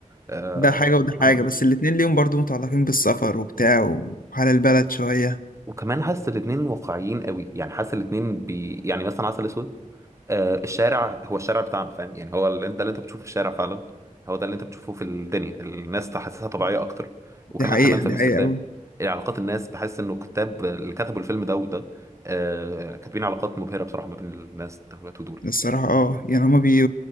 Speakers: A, on the right; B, on the left.
A: آه,
B: ده حاجة وده
A: آه
B: حاجة بس الاتنين ليهم برضو متعلقين بالسفر وبتاع وحال البلد شوية
A: وكمان حاسس الاتنين واقعيين قوي يعني حاسس الاتنين بي يعني مثلا عسل اسود آه الشارع هو الشارع بتاعنا فاهم يعني هو اللي انت اللي انت بتشوفه في الشارع فعلا هو ده اللي انت بتشوفه في الدنيا الناس تحسسها طبيعية اكتر وكمان
B: دي حقيقة
A: حمام في
B: دي
A: امستردام
B: حقيقة أوي
A: علاقات الناس بحس انه الكتاب اللي كتبوا الفيلم ده وده آه كاتبين علاقات مبهرة بصراحة ما بين الناس دولت ودول
B: الصراحة اه يعني هما بي...